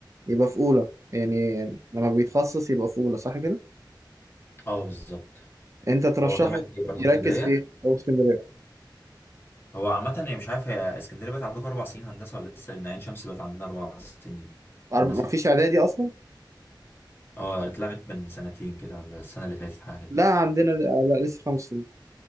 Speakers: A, on the right; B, on the left.
A: يبقى في اولى يعني لما بيتخصص يبقى في اولى صح كده
B: اه بالظبط
A: انت ترشحه
B: هو جامعة ايه برضه
A: يركز
B: اسكندرية
A: في ايه او اسكندريه
B: هو عامة يعني مش عارف هي اسكندرية بقت عندكم اربع سنين هندسة ولا لسه لان عين شمس بقت عندنا اربع سنين
A: ما
B: هندسة
A: فيش اعدادي اصلا
B: اه اتلغت من سنتين كده ولا السنة اللي فاتت حاجة كده
A: لا عندنا لا لسه خمس سنين